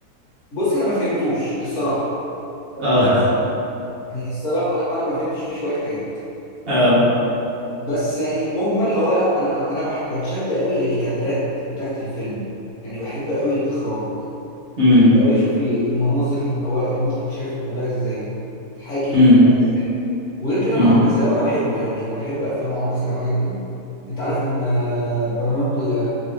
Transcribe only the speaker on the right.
اه
اه
امم
امم
امم